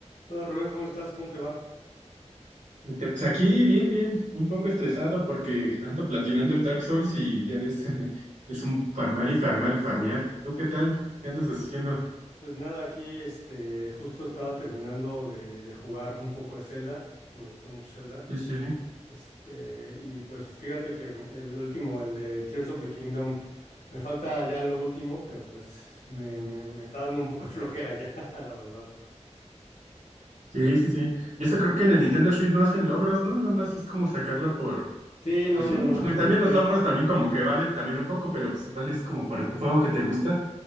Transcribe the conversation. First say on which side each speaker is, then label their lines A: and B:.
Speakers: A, on the left; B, on the right.
A: Hola Rubén, ¿cómo estás? ¿Cómo te va?
B: Este, Pues aquí bien, bien, un poco estresado porque ando platinando el Dark Souls y ya ves, <laughs> es un farmar y farmar y farmear. ¿Tú qué tal? ¿Qué andas haciendo?
A: Pues nada, aquí este, justo estaba terminando de, de jugar un poco de Zelda. Me gusta mucho Zelda.
B: Sí, sí,
A: Este, y pues fíjate que me- el último, el de Tears of the Kingdom, me falta ya lo último, pero pues me, me, me está dando un poco de flojera ya, <laughs> la verdad.
B: sí, sí, sí. Y eso creo que en el Nintendo Switch no hacen logros, ¿no? Nada más es como sacarlo por...
A: Sí, no,
B: Pues sí,
A: no,
B: no,
A: no.
B: pues, no,
A: A
B: también
A: diferencia
B: los logros
A: de.
B: también como que vale también un poco, pero pues igual es como para un juego que te gusta,